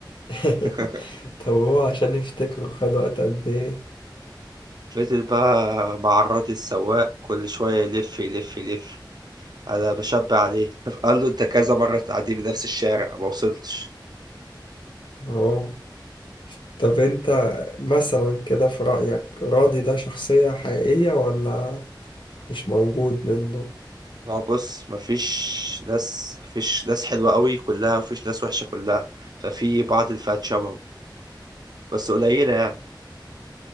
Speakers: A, on the left; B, on the right.
A: <laughs>
B: <laughs>
A: طب هو عشان يفتكره خد وقت قد إيه؟
B: فضل بقى معرضي السواق كل شوية يلف يلف يلف أنا بشبع عليه <laughs> قال له أنت كذا مرة تعدي بنفس الشارع ما وصلتش
A: آه طب أنت مثلا كده في رأيك راضي ده شخصية حقيقية ولا مش موجود منه؟
B: ما هو بص مفيش ناس مفيش ناس حلوة قوي كلها مفيش ناس وحشة كلها ففي بعض الفئات شبهه بس قليلة يعني